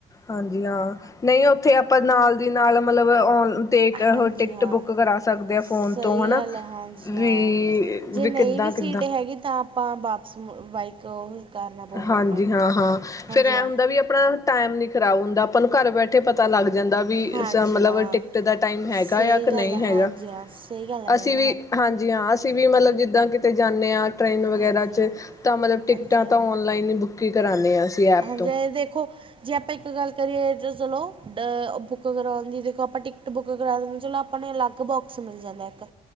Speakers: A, on the left; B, on the right.
A: ਹਾਂਜੀ ਹਾਂ। ਨਹੀਂ ਉੱਥੇ ਆਪਾਂ ਨਾਲ ਦੀ ਨਾਲ ਮਤਲਬ ਆ ਅਤੇ
B: ਹਾਂਜੀ
A: ਉਹ ਟਿਕਟ
B: ਹਾਂ
A: ਬੁੱਕ ਕਰਾ ਸਕਦੇ ਆ
B: ਸਹੀ
A: ਫੋਨ ਤੋਂ ਹੈਨਾ।
B: ਗੱਲ ਹੈ ਹਾਂਜੀ
A: ਵੀ
B: ਹਾਂ ਜੇ ਨਹੀਂ
A: ਕਿੱਦਾਂ
B: ਵੀ ਸੀਟ
A: ਕਿੱਦਾਂ
B: ਹੈਗੀ ਤਾਂ ਆਪਾਂ ਵਾਪਸ ਬਾਈਕ ਕਰਨਾ ਪਊਗਾ
A: ਹਾਂਜੀ
B: ਆਪਾਂ ਨੂੰ
A: ਹਾਂ-ਹਾਂ।
B: ਹਾਂਜੀ
A: ਫੇਰ ਐ
B: ਹਾਂ
A: ਹੁੰਦਾ ਵੀ ਆਪਣਾ ਟਾਈਮ ਨੀ ਖ਼ਰਾਬ ਹੁੰਦਾ। ਆਪਾਂ ਨੂੰ ਘਰ ਬੈਠੇ ਪਤਾ ਲੱਗ ਜਾਂਦਾ। ਵੀ
B: ਹਾਂਜੀ
A: ਮਤਲਬ
B: ਹਾਂ
A: ਟਿਕਟ ਦਾ ਟਾਈਮ ਹੈਗਾ
B: ਸਹੀ
A: ਜਾਂ ਕਿ ਨਹੀਂ
B: ਗੱਲ ਹੈ
A: ਹੈਗਾ।
B: ਹਾਂਜੀ ਹਾਂ ਸਹੀ ਗੱਲ ਹੈ ਮੈਡਮ
A: ਅਸੀਂ ਵੀ ਹਾਂਜੀ ਹਾਂ ਅਂ ਅਸੀਂ ਵੀ ਮਤਲਬ ਜਿੱਦਾਂ ਕਿਤੇ ਜਾਂਦੇ ਹਾਂ ਟ੍ਰਰੇਨ ਵਗੈਰਾ
B: ਹਾਂਜੀ
A: ਚ'
B: ਹਾਂ
A: ਤਾਂ ਮਤਲਬ ਟਿਕਟਾਂ
B: ਹਾਂਜੀ ਹਾਂ
A: ਔਨਲਾਈ ਹੀ ਬੁੱਕੀ ਕਰਾਉਂਦੇ ਹਾਂ। ਐਪ
B: ਹਾਂਜੀ
A: ਤੋਂ
B: ਦੇਖੋ ਜੇ ਆਪਾਂ ਇੱਕ ਗੱਲ ਕਰੀਏ ਤਾਂ ਚਲੋ, ਡ ਬੁੱਕ ਕਰਵਾਉਣ ਦੀ ਦੇਖੋ ਆਪਾਂ ਟਿਕ ਬੁੱਕ ਕਰਾ ਦਿੰਦੇ ਚਲੋ ਆਪਾਂ ਨੂੰ ਅਲੱਗ ਬੋਕਸ ਮਿਲ ਜਾਂਦਾ ਇੱਕ,